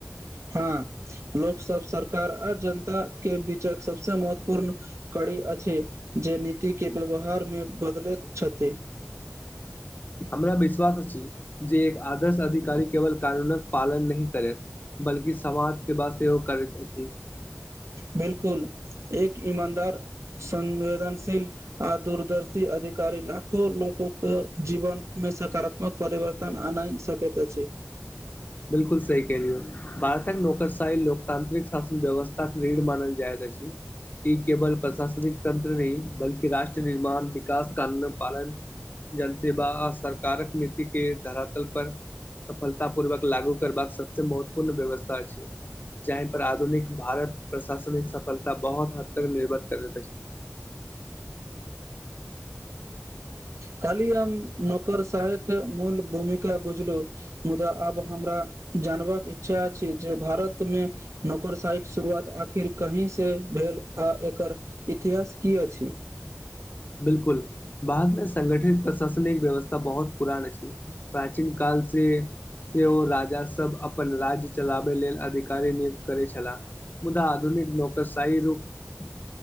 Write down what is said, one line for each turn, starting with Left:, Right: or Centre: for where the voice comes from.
Right: हँ लोक सब सरकार आ जनता के बीचक सबसे महत्वपूर्ण करी अछि जे नीति के व्यवहार मे बदलैत छथि
Left: हमरा विश्वास अछि जे एक आदर्श अधिकारी केवल कानून क पालन नहि करैत बल्कि समाज सेवा सेहो करैत अछि
Right: बिल्कुल एक ईमानदार संवेदनशील आ दूरदर्शी अधिकारी लाखो लोको के जीवन मे सकारात्म परिवर्तन आनय सकैत अछि
Left: बिल्कुल सही कहलियौ भारतक नौकरशाही लोकतांत्रिक शासन व्यवस्थााक रीढ़ मानल जायत अछि ई केवल प्रशासनिक तंत्र नहि बल्कि राष्ट्र निर्माण विकास कानून पालन जन सेेवा आ सरकारक नीति के धरातल पर सफलता पूर्वक लागू करबाक सबसे महत्वपूर्ण व्यवस्था अछि जह पर आधुनिक भारत प्रशासनिक सफलता बहुत हद तक निर्भर करैत अछि
Right: खाली हम नौकर सहायक मूल भूमिका बुझलू मुदा आब हमरा जानबाक इच्छा अछि जे भारत मे नौकरशाही के शुरुआत आखिर कहीं से भेल आ एकर इतिहास की अछि
Left: बिल्कुल बादमे संगठित प्रशासनिक व्यवस्था बहुत पुरान अछि प्राचीन काल से सेहो राजासभ अपन राज्य चलाबै लेल अधिकारी नियुक्त करैत छलाह मुदा आधुनिक नौकरशाही रूप